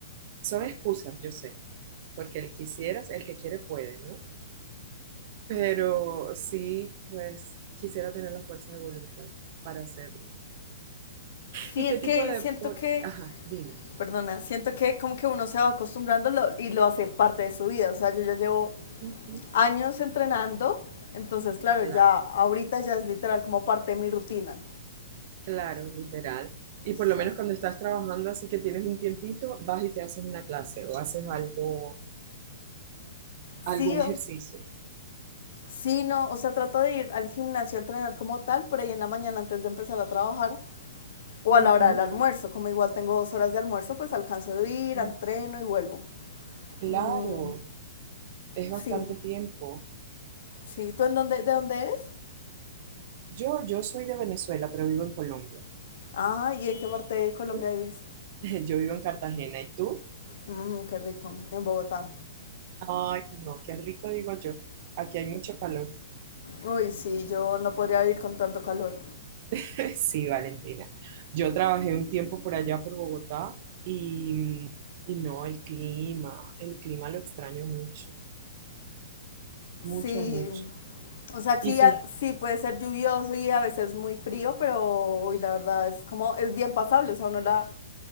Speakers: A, on the right; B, on the left.
A: Son excusas, yo sé, porque el quisieras, el que quiere puede, ¿no? Pero sí, pues quisiera tener la fuerza de voluntad para hacerlo.
B: Sí,
A: ¿Y
B: es
A: qué
B: que
A: tipo de
B: siento
A: deporte?
B: que,
A: Ajá, dime.
B: perdona, siento que como que uno se va acostumbrando lo- y lo hace parte de su vida. O sea, yo ya llevo
A: Ujú,
B: años entrenando, entonces claro,
A: Claro,
B: ya ahorita ya es literal como parte de mi rutina.
A: claro, literal. Y
B: Sí.
A: por lo menos cuando estás trabajando, así que tienes un tiempito, vas y te haces una clase o haces algo,
B: Sí,
A: algún ejercicio.
B: sí, no, o sea, trato de ir al gimnasio a entrenar como tal, por ahí en la mañana antes de empezar a trabajar, o a
A: Ujú,
B: la hora del almuerzo. Como igual tengo dos horas de almuerzo, pues alcanzo a ir,
A: mm,
B: entreno y vuelvo.
A: Claro,
B: Mm,
A: es bastante
B: sí,
A: tiempo.
B: sí. ¿Tú en dónde, de dónde eres?
A: Yo, yo soy de Venezuela, pero vivo en Colombia.
B: Ah, ¿y en qué parte de Colombia
A: ¿Tú?
B: vives?
A: <laughs> Yo vivo en Cartagena. ¿Y tú?
B: Mm, qué rico, en Bogotá.
A: Ay, no, qué rico digo yo. Aquí hay mucho calor.
B: Uy, sí, yo no podría vivir con tanto calor.
A: <laughs> Sí, Valentina. Yo trabajé un tiempo por allá, por Bogotá, y, y no, el clima, el clima lo extraño mucho, mucho,
B: Sí,
A: mucho.
B: o sea, aquí
A: Y fíjate,
B: a- sí puede ser lluvioso y a veces muy frío, pero uy, la verdad es como, es bien pasable, o sea, uno, la,